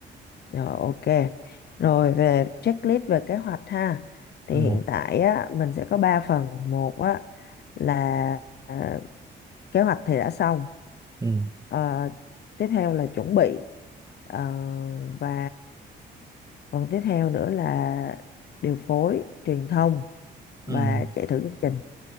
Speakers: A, on the left (about 55°); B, on the right (about 15°).
A: Rồi ok. Rồi về checklist về kế hoạch ha. Thì
B: ừ
A: hiện tại á, mình sẽ có 3 phần. Một á, là ờ, kế hoạch thì đã xong
B: ừ
A: Ờ, tiếp theo là chuẩn bị Ờ, và phần tiếp theo nữa là điều phối truyền thông
B: ừ
A: và chạy thử chương trình